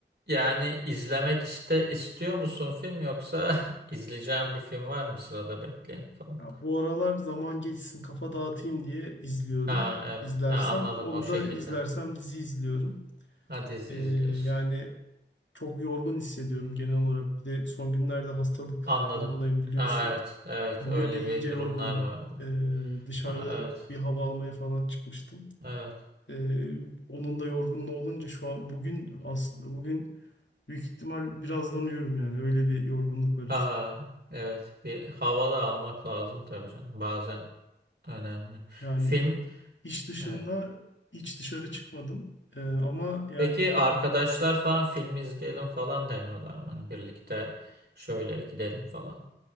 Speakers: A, on the right (about 60°); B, on the left (about 80°).
A: yani izlemek iste istiyor musun film yoksa <laughs> izleyeceğin bir film var mı sırada bekleyen falan?
B: Ya bu aralar zaman geçsin kafa dağıtayım diye izliyorum.
A: Ha evet.
B: İzlersem
A: Ha, anladım
B: onu
A: o şekilde.
B: da izlersem dizi izliyorum.
A: Ha dizi
B: E,
A: izliyorsun.
B: yani çok yorgun hissediyorum genel olarak. Bir de son günlerde hastalık
A: Anladım.
B: durumundayım biliyorsun.
A: Ha evet. Evet
B: Bugün
A: öyle
B: de iyice
A: bir durumlar
B: yorgunum.
A: vardı.
B: Ee, dışarıda
A: Aha evet.
B: bir hava almaya falan çıkmıştım.
A: Evet.
B: Ee, onun da yorgunluğu olunca şu an bugün aslında bugün büyük ihtimal birazdan uyurum yani öyle bir yorgunluk var
A: Ha
B: üstü.
A: evet. Bir hava da almak lazım tabii canım. Bazen önemli.
B: Yani
A: Film
B: iş dışında
A: evet.
B: hiç dışarı çıkmadım. Ee, ama yani
A: Peki arkadaşlar falan film izleyelim falan demiyorlar mı? Hani birlikte şöyle gidelim falan.